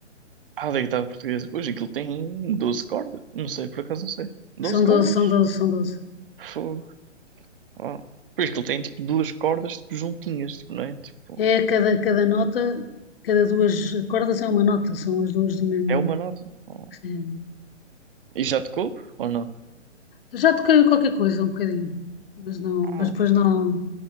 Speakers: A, on the right; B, on the left.
A: Ah, da guitarra portuguesa. Pois, aquilo tem 12 cordas. Não sei, por acaso não sei. doze
B: São doze,
A: cordas?
B: são doze, são doze.
A: Fogo. Oh. Pois, aquilo tem tipo duas cordas tipo, juntinhas, tipo, não é? Tipo,
B: É cada, cada nota, cada duas cordas é uma nota, são as duas do mesmo.
A: é uma nota. Oh.
B: sim.
A: E já tocou? Ou não?
B: Já toquei em qualquer coisa um bocadinho, mas não,
A: Oh.
B: mas depois não.